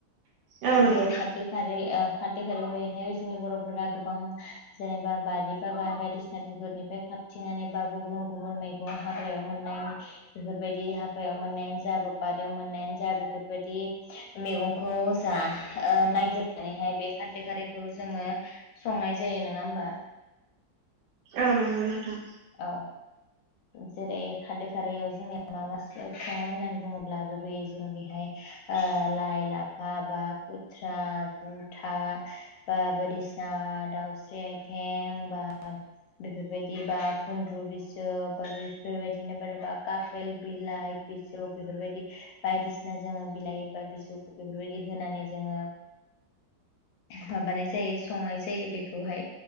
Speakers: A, on the right (about 85°); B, on the left (about 75°).
A: औ औ नंगौ
B: बे खारदै खारै ओ खारदै खारै बैहाय जोंनि बरफोरा गोबां जेनेबा बारि बागान बायदिसिना बेफोरनिफ्राय खााबथिंनानै बा गुबुन गुबुन मै <unintelligible> हाग्रायाव मोननाय <unintelligible> बेफोरबायदि हाग्रायाव मोननायानो जा बारियाव मोननायानो जा बेफोरबायदि मैगं खौ जा ओ नागिरनानैहाय बे खारदै खारिखौ जोङो संनाय जायो नङा होमबा
A: औ नंगौ नोंथां
B: औ जेरै खारदै खारैयाव जोंनिया <unintelligible> होननानै बुङोब्ला गुबैयै जों बेहाय ओ लाइ लाफा बा खुथ्रा गुथा बा बायदिसिना दाउस्रि आथें बा बेफोरबायदि बा गुन्द्रु बि <unintelligible> बेबायदिनो <unintelligible> गाख्रेल बिलाइ बिजौ बेफोरबायदि बायदिसिना जोङो बिलाइ बा बिजौखौ बेफोरबायदि होनानै जोङो माबानाय जायो संनाय जायो बेखौहाय